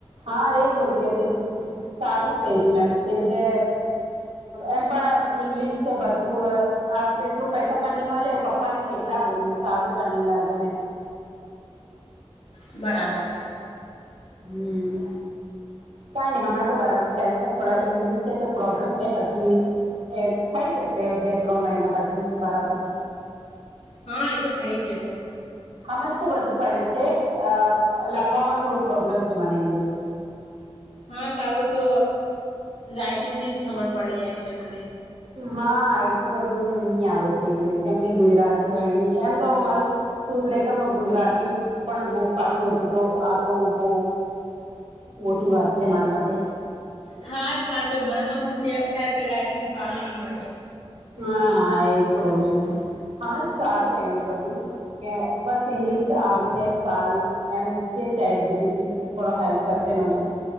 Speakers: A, on the right (about 65°); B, on the left (about 70°).
A: હા એજ બોલતી હતી કે સારું જ કહી રી મેં કેમકે એમ પણ ઈંગ્લિશ છે બધું એટલું પૈસા પણ નની મળે પપ્પા ને કેટ કેટલા બોલું સારું પાણી લાગે ને.
B: બરાબર.
A: હમ કઈ નહી હમણાં તો બરાબર ચાલે છે થોડા ઇંગ્લિશ છે તો પ્રોબ્લેમ છે પછી એ થઈ જશે બે ત્રણ મહિના પછી બરાબર
B: હા એતો થઇ જશે
A: સમજ તો બધું પડે છે લખવામાં થોડું પ્રોબ્લેમ છે મને ઇંગ્લિશ
B: હા તારું તો રાઈટિંગ થી જ ખબર પડી જાય છે મને
A: હા એટલું બધું નઈ આવડે છે ઇંગ્લિશ કેમ કે ગુજરાતી બણી એમ તો મારું શધલેેખનમાં ગુજરાતી પણ બહુ કાચું હતું તો આ તો બહ મોટી વાત છે મારી માટે
B: થાય થાય કોઈ ભણવાવામાં હોશિયાર થાય તો રાઈટિંગ સારું નહી મળે
A: હા એજ પ્રોબ્લેમ છે હમણાં તો સારું થઈ ગયું છે બધું બસ ઇંગ્લિશ આવડી જાય તો સારું એમ છે ચારપ થોડો હેલ્પ કરશે મને